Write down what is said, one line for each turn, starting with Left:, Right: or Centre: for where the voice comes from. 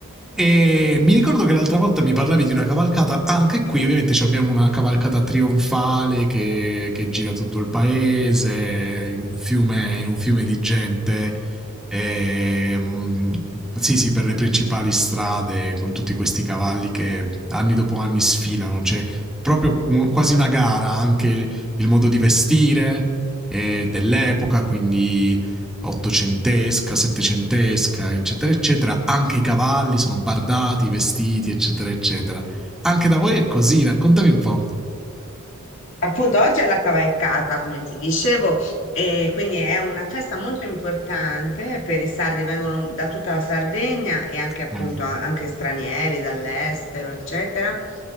Centre: E mi ricordo che l'altra volta mi parlavi di una cavalcata, anche qui ovviamente ci abbiamo una cavalcata trionfale che, che gira tutto il paese in un fiume, in un fiume di gente e, mm, sì, sì, per le principali strade con tutti questi cavalli che anni dopo anni sfilano, c'è proprio un- quasi una gara anche il, il modo di vestire eh, dell'epoca, quindi ottocentesca, settecentesca, eccetera, eccetera. Anche i cavalli sono bardati, vestiti, eccetera, eccetera. Anche da voi è così, raccontami un po'.
Left: Appunto, oggi è la cavalcata, come ti dicevo, e quindi è una festa molto importante per i sardi, vengono da tutta la Sardegna e anche appunto
Centre: Mm,
Left: a- anche stranieri dall'estero, eccetera.